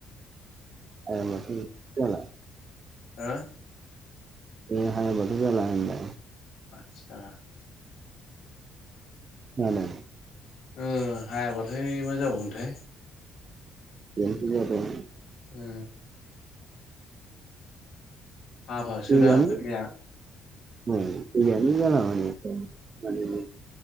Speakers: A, on the right; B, on the left.
A: हायाबाथ' जाला
B: हो
A: दिनै‌ हायाबाथ' जाला होनदों
B: आतसा
A: खोनादों
B: ओ हायाब्लाथाय मा जाबावगोनथाय
A: बेन्थ जादों
B: ओ हाबासो
A: दैयानो
B: दा खोथाया
A: औ दैयानो जाला माने